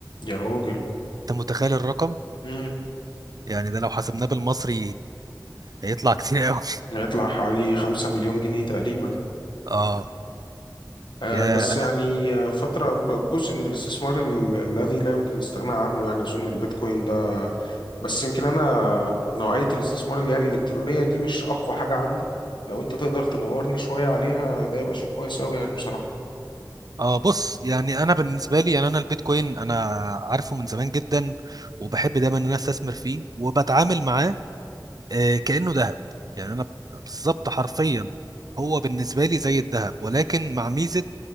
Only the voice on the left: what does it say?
يا راجل
مم.
هيطلع حوالي 5 مليون جنيه تقريبا
أه،
بس
يعني آه، فترة ب- جزء من الاستثمار ال- الذي لا يمكن الاستغناء عنه يعني أظن البيتكوين ده بس يمكن أنا نوعية الاستثمار اللي هي الإلكترونية دي مش أقوى حاجة عندي لو أنت تقدر تنورني شوية عليها ده يبقى شيء كويس أوي يعني بصراحة